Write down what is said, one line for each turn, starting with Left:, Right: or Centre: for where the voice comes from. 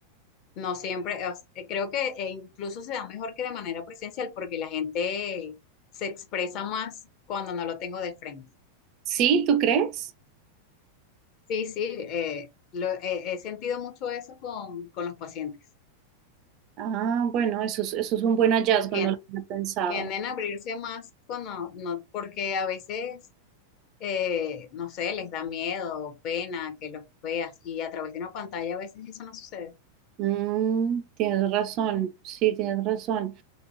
Left: No siempre, o s- eh, creo que eh, incluso se da mejor que de manera presencial porque la gente se expresa más cuando no lo tengo de frente.
Right: ¿Sí? ¿Tú crees?
Left: Sí, sí, eh, lo- eh, he sentido mucho eso con, con los pacientes.
Right: Ah, bueno, eso es, eso es un buen hallazgo,
Left: Tien-
Right: no lo había pensado.
Left: tienden a abrirse más cuando no, porque a veces, eh, no sé, les da miedo, pena que los veas y a través de una pantalla a veces eso no sucede.
Right: Mm, tienes razón, sí, tienes razón.